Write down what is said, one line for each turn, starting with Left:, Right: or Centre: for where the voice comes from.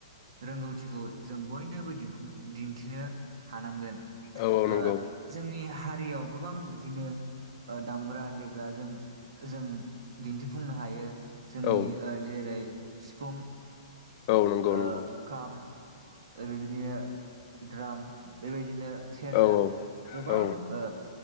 Right: रोंगौथिखौ जों बयनोबो दिनफुं दिन्थिनो हानांगोन।
Left: औ औ
Right: ओ
Left: नंगौ
Right: जोंनि हारियाव गोबां बिदिनो ओ दामग्रा देग्राजों जों दिन्थिफुंनो हायो। जोंनि
Left: औ
Right: ओ जेरै सिफुं
Left: औ नंगौ
Right: ओ
Left: नंगौ
Right: खाम बेबायदिनो द्राम बेबायदिनो सेरजा
Left: औ
Right: गोबां
Left: औ
Right: ओ